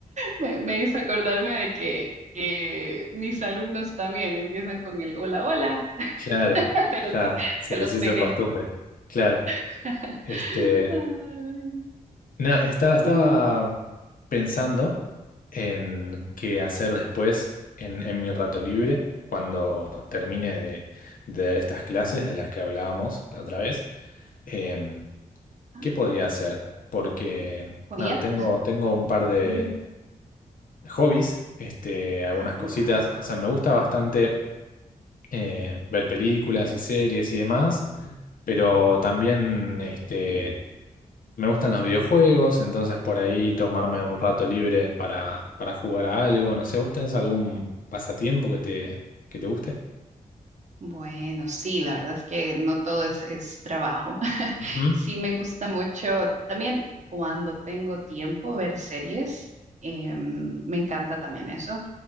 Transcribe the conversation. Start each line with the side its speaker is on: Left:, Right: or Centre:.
Right: me- me hizo acordarme de que, que mis alumnos también empiezan con el hola, hola,
Left: <laughs> claro,
Right: <laughs> pero
Left: ya
Right: se,
Left: se
Right: se
Left: les
Right: los
Left: hizo
Right: pegué.
Left: costumbre. Claro.
Right: <laughs>
Left: Este,
Right: Ay,
Left: no, estaba, estaba
Right: bien.
Left: pensando en qué hacer después en, en mi rato libre, cuando termine de, de dar estas clases de las que hablábamos la otra vez. Em,
Right: Ah,
Left: ¿Qué podría hacer? Porque,
Right: ¿cuál
Left: nada,
Right: día?
Left: tengo, tengo un par de
Right: Sí.
Left: hobbies, este, algunas
Right: Ah,
Left: cositas. O sea, me gusta bastante eh, ver películas y series y demás, pero también este, me gustan los videojuegos, entonces por ahí tomarme un rato libre para, para jugar a algo. No sé, ¿vos tenés algún pasatiempo que te, que te guste?
Right: bueno, sí, la verdad es que no todo es, es trabajo.
Left: Ujú.
Right: Sí, me gusta mucho también cuando tengo tiempo ver series. eh, me encanta también eso.